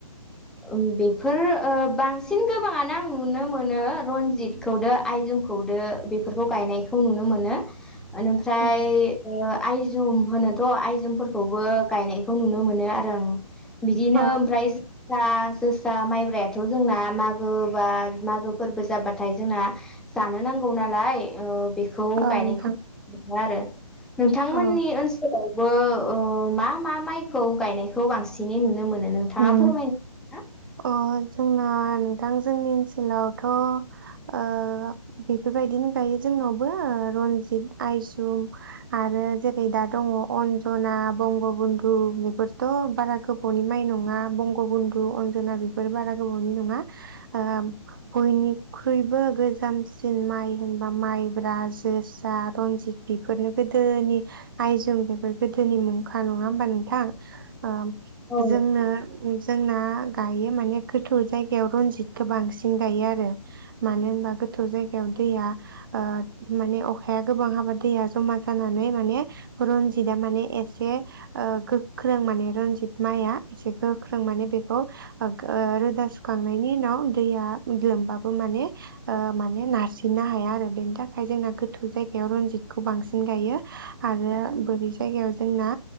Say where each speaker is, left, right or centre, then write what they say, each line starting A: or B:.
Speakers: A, in the centre; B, on the right (about 35°).
A: ओ बेफोर ओ बांसिन गोबाङानो आं नुनो मोनो रनजित खौदो आइजुम खौदो बेफोरखौ गायनायखौ नुनो मोनो। ओनिफ्राय
B: उम
A: ऐ ओ आइजुम होनोथ' आइजुमफोरखौबो गायनायखौ नुनो मोनो आरो आं बिदिनो
B: अ
A: ओमफ्राय फिथा जोसा, माइब्रायाथ' जोंना मागो बा मागो फोरबो जाबाथाय जोंना जानो नांगौ नालाय ओ बेखौ
B: अ नोंथां
A: गायनायखौ नुनो मोनो आरो। नोंथांमोननि
B: अ
A: ओनसोलाव बो ओ मा मा माइखौ गायनायखौ बांसिनै नुनो मोनो? नोंथाङा
B: उम
A: फोरमायनो <unintelligible> ना?
B: अ जोंना नोंथां जोंनि ओनसोलावथ' ओ बेफोरबायदिनो गायो जोंनावबो रनजित आइजुम आरो जेरै दा दङ अनजना बंगबन्धु बेफोरथ' बारा गोबावनि माइ नङा बंग बन्धु अनजना बेफोर बारा गोबावनि नङा ओ बयनिख्रुइबो गोजामसिन माइ होनबा माइब्रा जोसा रनजित बेफोरनो गोदोनि आइजोम बेफोर गोदोनि मुंखा नङा होमबा नोंथां? ओम
A: औ
B: जोंना जोंना गायो माने गोथौ जायगायाव रनजितखौ बांसिन गायो आरो मानो होनबा गोथौ जायगायाव दैया ओ माने अखाया गोबां हाबा दैया जमा जानानै माने रनजितआ माने एसे ओ गोख्रों माने रनजित माइआ एसे गोख्रों माने बेखौ रोदा सुखांनायनि उनाव दैया लोमबाबो माने ओ माने नारसिननो हाया आरो बेनि थाखाय जोंना गोथौ जायगायाव रनजितखौ बांसिन गायो आरो बोरै जायगायाव जोंना